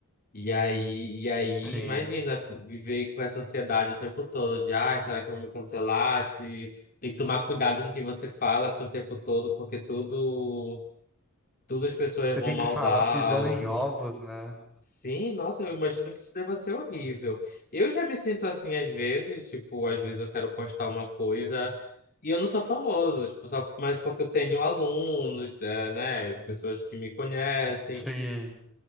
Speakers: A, on the left; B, in the centre.
A: E aí, e aí,
B: Sim.
A: imagina f- viver com essa ansiedade o tempo todo de, ai, será que eu vou me cancelar? Se... Tem que tomar cuidado no que você fala assim, o tempo todo, porque tudo, tudo as pessoas
B: Você
A: vão
B: tem
A: maldar
B: que falar pisando
A: ou
B: em
A: vão...
B: ovos, né?
A: Sim, nossa, eu imagino que isso deva ser horrível. Eu já me sinto assim às vezes, tipo, às vezes eu quero postar uma coisa e eu não sou famoso, tipo, só, mas porque eu tenho alunos, é, né, pessoas que me conhecem.
B: Sim.